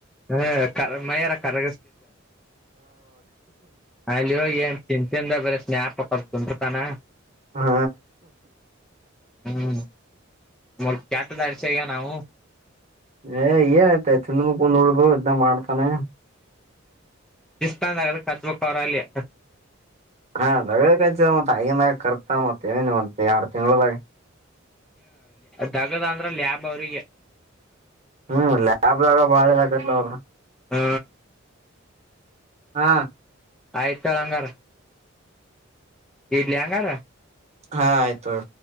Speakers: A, in the centre; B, on the right (about 35°).
A: ಹ ಮಾರ ಕರ ಅಲ್ಲಿ ಹೋಗಿಏನ್ ಚನ್ ಚಿಂದ ಬರೆಸ್ತ ಜಞಾಪಕ ತುಂಟತಾನ
B: ಹಾ
A: ಹ್ಮ್ ಮ ಚಟ ದಚಗ ನಾವು
B: ಏ ಏ ಆಯ್ತಾ ತಿಿಂದ ಕುಂದ ಉಳ್ಗು ಇದನ್ನ ಮಾಡ್ತಾನೆ
A: ಇಿಸ್ತಾನ್ ಆಗ ಕತ್ಬೇಕ ಹೊರಲ್ಲಿ
B: ಹಾ ದ ಕಚ ಮತ್ತತ್ ಆಗಿಂದಾಗ ಕರ್ತಾನ ಮತ್ತೇವ ನಿ ಮ ಎರಡ್ ತಿಂಗಗಳಳದಾಗ
A: ದಗದ ಅಂದ್ರ ಲ್ಯಾಬ್ ಅವ್ರಿಗೆ
B: ಹ್ಮ್ ಲ್ಯಾಬ್ ದಾಗ ಬಾಳದಕತ್ಲ ಅವ್ರರು
A: ಹ್ಮ.
B: ಹಾ
A: ಆಯ್ತಾಳ ಹಂಗಾರ. ಇಡ್ಲಿ ಅಂಗಾರ.
B: ಹಾಯತ.